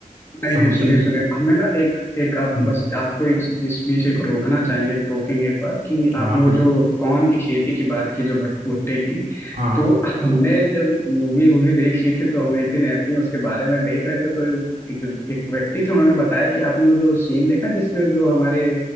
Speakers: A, on the left; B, on the right.
A: नहीं
B: समुद्री
A: नहीं सुनिए सुनिए हमें ना एक एक आप
B: हम्म
A: बस आपको एक इस बीच एक रोकना चाहेंगे एक टोकेंगे एक बार कि आपने
B: हाँ
A: वो
B: बिल्कुल
A: जो कॉर्न की खेती की बात की जो भट- भुट्टे की
B: हाँ हाँ।
A: तो हमने जब मूवी वूवी देख ली थी तो हम एक दिन ऐसे ही उसके बारे में देख रहे थे तो एक एक व्यक्ति थे उन्होंने बताया कि आपने वो जो सीन देखा जिसमें जो हमारे